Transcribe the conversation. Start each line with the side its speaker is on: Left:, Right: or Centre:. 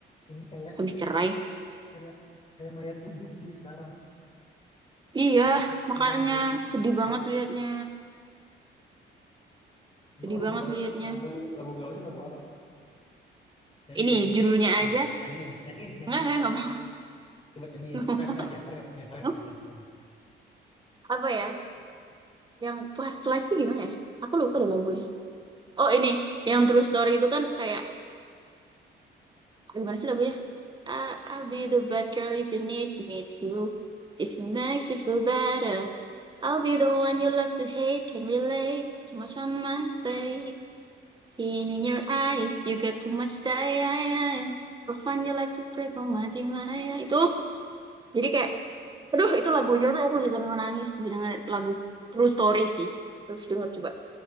Left: ini kayak
Right: habis
Left: ini
Right: cerai
Left: tahu kayak kayak mayat hidup di sekarang
Right: iya
Left: tulang
Right: makanya
Left: tulang doang itu
Right: sedih
Left: jelek
Right: banget
Left: banget.
Right: liatnya
Left: Emang
Right: sedih
Left: lagu
Right: banget
Left: galaunya
Right: liatnya
Left: lagu lagu galaunya lagu apa? Nyanyiin
Right: ini
Left: nyanyiin
Right: judulnya
Left: coba nyanyiin
Right: aja
Left: nyanyiin nyanyiin nyanyiin
Right: enggak enggak
Left: nggak mau
Right: enggak
Left: nyanyiin
Right: mau
Left: Coba
Right: <laughs>
Left: nyanyiin
Right: Nggak
Left: refnya aja, refnya, refnya
Right: mau.
Left: nyanyiin.
Right: apa ya yang past life sih gimana ya aku lupa deh lagunya oh ini yang true story itu kan kayak gimana sih lagunya I- I'll be the bad girl if you need me to. If it makes you feel better, I'll be the one you love to hate. Can relate too much on my plate. Seen in your eyes, you get too much time. For fun, you like to pray for my Maya. Itu jadi kayak, aduh itu lagunya tuh aku bisa sampai menangis mendengar lagu True Story sih. Terus denger coba.